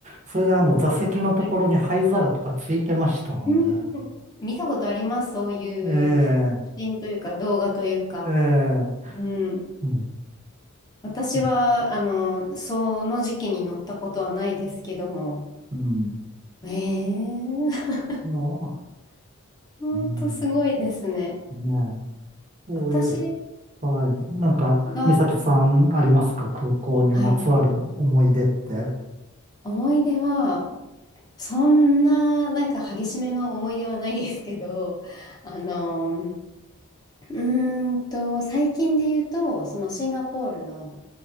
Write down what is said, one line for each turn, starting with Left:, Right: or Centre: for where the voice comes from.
Right: それであの座席のところに灰皿とかついてましたもんね。
Left: はい。うん見たことあります、そういう写
Right: え
Left: 真というか、動画というか。
Right: え、ええ、
Left: うん。
Right: うん、
Left: 私は、
Right: う
Left: あの、その時期に乗ったことはないですけども。
Right: ん。
Left: ええ
Right: うんあ
Left: 本当すごいですね。
Right: うん、ね、そういう、
Left: 私
Right: はい。なんか、
Left: が、
Right: 美咲さんありますか空港にまつわる思い出って。
Left: はい、思い出は、そんな、なんか激しめの思い出はないですけど、あの、うーんと、最近で言うと、そのシンガポールの、